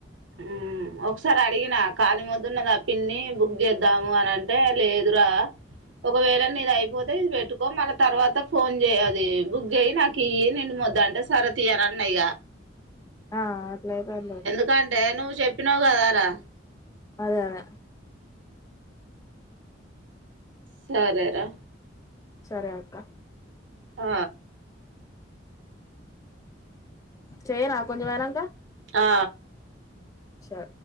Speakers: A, on the right; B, on the left.
A: మ్ ఒకసారి అడిగినా, కళి మొదున్నద ఆ పిన్ని బుక్ చేద్దాము అని అంటే లేదురా ఒకవేళ న ఇది అయిపోతే ఇది పెట్టుకో మళ్ళ తర్వాత ఫోన్ చేయది బుక్ చెయి నాకు ఇవండి మొద్దంటే సర తీయాల అన్నైగా
B: ఆ అట్లైతాంది
A: ఎందుకంటే నువ్వు చెప్పినావు కదా రా
B: అదే అదే
A: సరే రా
B: సరే అక్క
A: ఆ
B: చేయనా కొంచెం ఐనాకా
A: ఆ
B: అషా